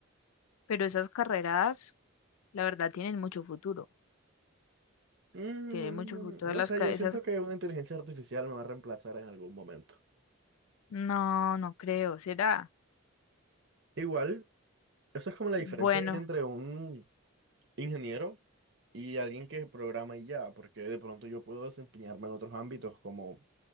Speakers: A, on the left; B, on the right.
A: Pero esas carreras, la verdad, tienen mucho futuro.
B: Mm,
A: Tienen mucho futuro
B: no
A: las
B: sé,
A: ca-
B: yo
A: esas.
B: siento que una inteligencia artificial me va a reemplazar en algún momento.
A: No, no creo. ¿Será?
B: Igual, eso es como la
A: Bueno,
B: diferencia que hay entre un ingeniero y alguien que programa y ya, porque de pronto yo puedo desempeñarme en otros ámbitos como